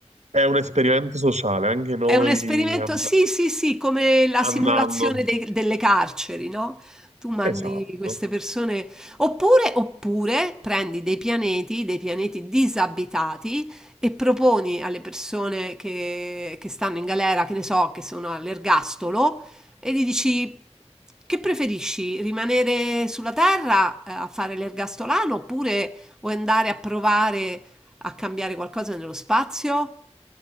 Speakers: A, on the right; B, in the centre.
A: È un esperimento sociale, anche noi
B: È un esperimento,
A: and-
B: sì, sì, sì, come la
A: andando.
B: simulazione dei- delle carceri, no? Tu mandi
A: Esatto.
B: queste persone, oppure, oppure prendi dei pianeti, dei pianeti disabitati e proponi alle persone che, che stanno in galera, che ne so, che sono all'ergastolo, e gli dici che preferisci, rimanere sulla Terra eh, a fare l'ergastolano oppure vuoi andare a provare a cambiare qualcosa nello spazio?